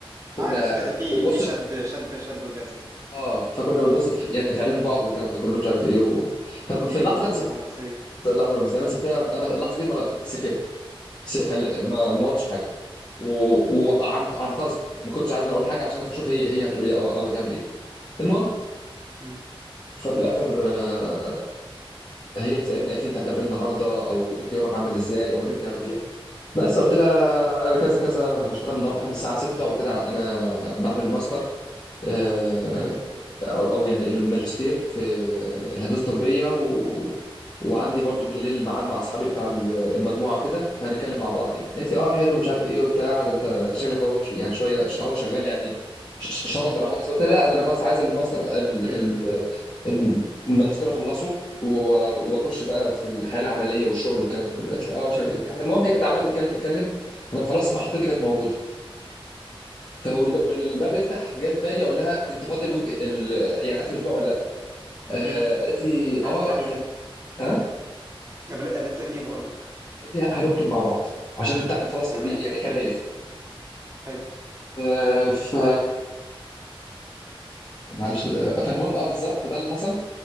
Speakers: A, on the left; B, on the right.
A: كنا
B: عارف كده في
A: بنبص
B: في شد شد شد وجذب كده
A: اه فكنا بنبص في يعني في عينين بعض والكلام ده كله مش عارف ايه و... ففي
B: اديله
A: اللحظه
B: اللحظه
A: دي انا سبت
B: الرومانسيه
A: اللحظه المسيئه انا سبتها انا اللحظه دي ما سكت س- خل...
B: مم.
A: ما ما قلتش حاجه و... وعن عن قصد ما كنتش عايز إن أنا اقول حاجه عشان اشوف هي هي هتقول ايه او او هتعمل ايه المهم
B: مم.
A: ففي الاخر آه، هي اللي سالتني قالت لي انت هتعمل ايه النهارده او انت يومك عامل ازاي او انت
B: مم.
A: بتعمل ايه بس قلت لها انا كذا كذا هشتغل النهارده لحد الساعه 6 وبعد كده انا بعمل ماستر آه،
B: مم.
A: او او يعني الماجستير في الهندسه الطبيه و... وعندي برضو بالليل ميعاد مع اصحابي بتاع ال- المجموعه كده فهنتكلم مع بعض يعني قالت لي اه حلو مش عارف ايه وبتاع ده انت شكلك اهو ش- يعني شويه ش- اهو شغال يعني ش- ش- شاطر
B: مم.
A: او حاجه زي كده. قلت لها لا ده انا خلاص عايز الماستر ال...
B: امم
A: ال... الماجستير اخلصه و- واخش بقى في الحياه العمليه والشغل والكلام ده كله قالت لي اه مش
B: امم
A: عارف ايه وبتاع
B: امم
A: المهم هي كانت عماله تتكلم تتكلم وكان خلاص محطتي كانت موجوده فهو
B: امم
A: الب... والباب بيفتح جه في بالي اقول لها انت فاضيه الويك ال... يعني اخر اسبوع ولا آه
B: امم
A: قالت لي اه
B: قالت لك ايه
A: خل... اه
B: قبل- قالت لك ايه بقول لك
A: قالت لي هنكتب مع بعض عشان البتاع كان خلاص
B: تمام
A: بي... يعني كان
B: حلو
A: هيقفل
B: حلو
A: آه ف معلش آه، فالمهم اه بالظبط فده اللي حصل